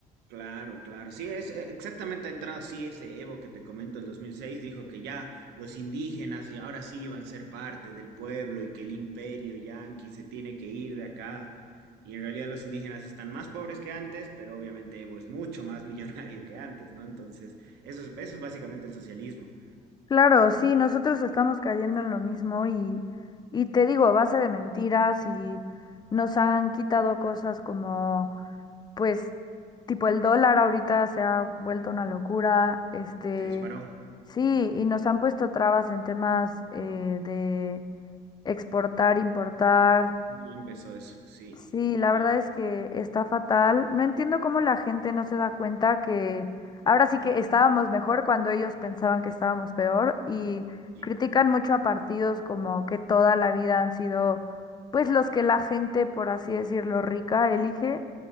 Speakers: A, on the right; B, on the left.
A: Claro, claro. Sí, es eh, exactamente ha entrado así ese Evo que te comento el 2006 dijo que ya los indígenas y ahora sí iban a ser parte del pueblo y que el imperio yanqui se tiene que ir de acá. Y en realidad los indígenas están más pobres que antes, pero obviamente Evo es mucho más <laughs> millonario que antes, ¿no? Entonces, eso es, eso es básicamente el socialismo.
B: Claro, sí, nosotros estamos cayendo en lo mismo y, y te digo, a base de mentiras y nos han quitado cosas como pues tipo el dólar ahorita se ha vuelto una locura, este,
A: Se disparó.
B: sí, y nos han puesto trabas en temas eh, de exportar, importar.
A: Y empezó eso, sí.
B: Sí, la
A: Ya,
B: verdad es que está fatal. No entiendo cómo la gente no se da cuenta que ahora sí que estábamos mejor cuando ellos pensaban que estábamos peor y
A: sí.
B: critican mucho a partidos como que toda la vida han sido pues los que la gente, por así decirlo, rica elige